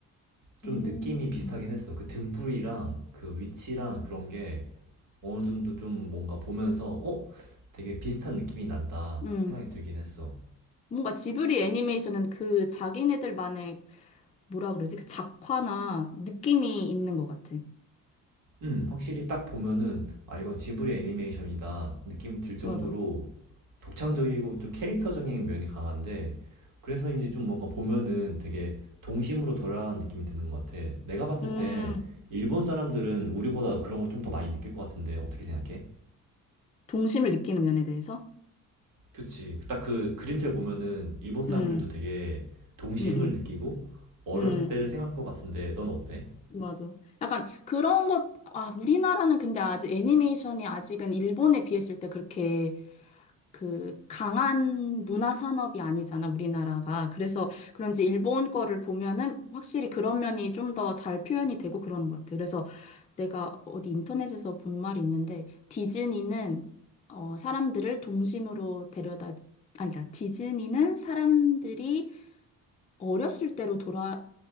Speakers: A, on the right; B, on the left.
A: 좀
B: 음.
A: 느낌이 비슷하긴
B: 음.
A: 했어. 그 등불이랑 그 위치랑 그런 게 어느 정도 좀 뭔가 보면서 어? 되게 비슷한 느낌이 난다
B: 음.
A: 생각이 들긴 했어.
B: 뭔가 지브리 애니메이션은 그 자기네들만의 뭐라 그러지? 그 작화나 느낌이 있는 것 같아.
A: 음, 확실히 딱 보면은 아 이건 지브리 애니메이션이다 느낌 들 정도로
B: 맞아.
A: 독창적이고 좀 캐릭터적인 면이 강한데 그래서인지 좀 뭔가 보면은 되게 동심으로 돌아가는 느낌이 드는 것 같아. 내가 봤을
B: 음,
A: 때 일본 사람들은 우리보다 그런 걸 좀 더 많이 느낄 것 같은데 어떻게 생각해?
B: 동심을 느끼는 면에 대해서?
A: 그치. 딱 그 그림체 보면은 일본 사람들도
B: 음,
A: 되게 동심을
B: 음, 음,
A: 느끼고 어렸을
B: 음,
A: 때를 생각할 것 같은데 넌 어때?
B: 맞아. 약간 그런 것, 아, 우리나라는 근데 아직 애니메이션이 아직은 일본에 비했을 때 그렇게 그 강한 문화 산업이 아니잖아, 우리나라가. 그래서 그런지 일본 거를 보면은 확실히 그런 면이 좀 더 잘 표현이 되고 그러는 것 같아요. 그래서 내가 어디 인터넷에서 본 말이 있는데 디즈니는 어, 사람들을 동심으로 데려다 아니다. 디즈니는 사람들이 어렸을 때로 돌아